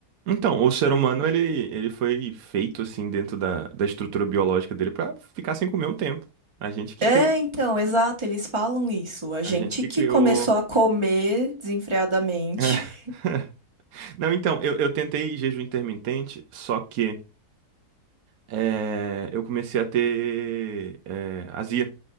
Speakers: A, on the right; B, on the right.
A: Então, o ser
B: Ai.
A: humano, ele, ele foi feito, assim, dentro da, da estrutura biológica dele pra ficar sem comer um tempo. A gente que
B: É,
A: criou.
B: então, exato, eles falam isso. A gente
A: A gente que
B: que
A: criou.
B: começou a comer desenfreadamente.
A: É.
B: <laughs>
A: <laughs> Não, então, eu, eu tentei jejum intermitente, só que é, eu comecei a ter é, azia.